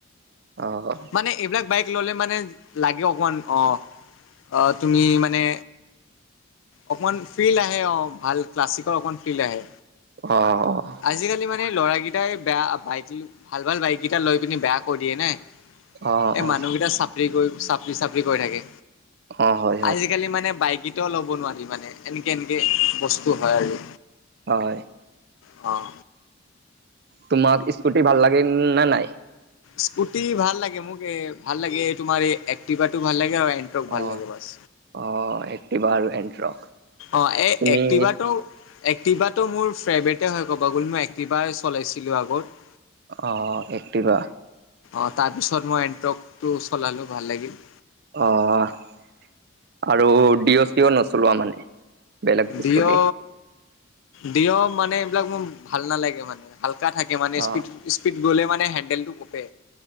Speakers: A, on the right (about 50°); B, on the left (about 70°).
A: অ'
B: মানে এইবিলাক বাইক <unintelligible> লাগে অকমান অ', অ' তুমি মানে অকমান ফিল্ড আহে অঁ ভাল ক্লাছিক অকমান ফিল্ড আহে।
A: অহহ'।
B: আজিকালি মানে ল'ৰা কেটাই বেয়া বাইক ভাল ভাল বাইক কেইটা লৈ পিনে বেয়া কৰি দিয়ে নাই।
A: অ'
B: এ
A: অ'
B: মানুহ কিটা চাপৰি কৰি চাপৰি চাপৰি কৈ থাকে।
A: অ' হয় হয়
B: আজিকালি মানে বাইকেইটাও ল'ব নোৱাৰি, মানে এনেকে এনেকে বস্তু হয় আৰু।
A: অয়।
B: অঁ।
A: তোমাক স্কুটি ভাল লাগে নে নাই?
B: স্কুটি ভাল লাগে মোক এ ভাল লাগে এই তোমাৰ এক্টিভাটো ভাল লাগে আৰু এন্ত্ৰক ভাল
A: অ'
B: লাগে বাচ,
A: অ' এক্টিভা আৰু এণ্ট্ৰক
B: অ' এই
A: তুমি
B: এক্টিভাটো এক্টিভাটো মোৰ ফেভৰেটে হয় ক'বা গ'ল মই এক্টিভাই চলাইছিলো আগত।
A: অ' একটিভা?
B: অঁ তাৰপিছত মই এণ্ট্ৰকটো চলালো, ভাল লাগিল।
A: অ' আৰু ডিঅ' চি'অ নচলোৱা মানে? বেলেগ
B: ডিঅ'
A: স্কুটি
B: ডিঅ' মানে এইবিলাক মোৰ ভাল নালাগে, মানে হালকা থাকে। <unintelligible>
A: অ
B: স্পীড স্পীড গ'লে মানে হেণ্ডেলটো কপে।